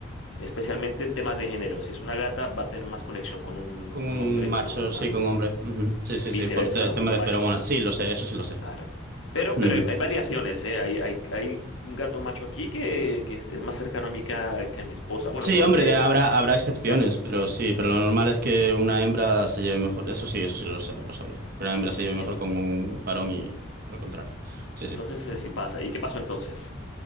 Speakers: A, on the left; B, on the right.
A: Especialmente en temas de género. Si es una gata, va a tener más conexión con un,
B: Con un
A: un hombre,
B: macho,
A: con un humano
B: sí, con un hombre. Ujú. Sí, sí,
A: y
B: sí,
A: viceversa,
B: por te- tema
A: un
B: de
A: macho.
B: feromonas. Sí, lo sé, eso sí lo sé.
A: Claro. Pero,
B: Ujú.
A: pero hay, hay variaciones, ¿eh? Hay, hay, hay un gato macho aquí que, que es, es más cercano a mí que a, que a mi esposa. Bueno,
B: Sí,
A: dos
B: hombre,
A: de
B: de-
A: hecho.
B: habrá, habrá excepciones,
A: Y así.
B: pero sí, pero lo normal es que una hembra se lleve mejor. Eso sí, eso sí lo, sa- lo sabía. Que una hembra
A: Sí.
B: se lleve
A: y-
B: mejor con un varón y al contrario. Sí,
A: entonces
B: sí.
A: eh, sí pasa. ¿Y qué pasó entonces?